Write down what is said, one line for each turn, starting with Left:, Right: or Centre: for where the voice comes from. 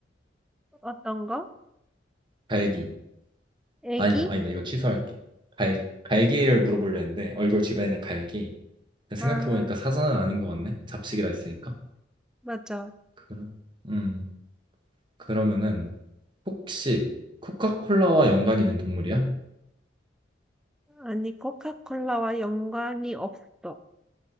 Centre: 어떤가?
Right: 갈기.
Centre: 애기?
Right: 아니다, 아니다. 이거 취소할게. 갈 갈기를 물어보려 했는데 얼굴 주변에 는 갈기. 생각해
Centre: 아.
Right: 보니까 사자는 아닌 것 같네. 잡식이라 했으니까.
Centre: 음, 맞아.
Right: 그럼 음, 그러면은 혹시 코카콜라와 연관이 있는 동물이야?
Centre: 아니, 코카콜라와 연관이 없어.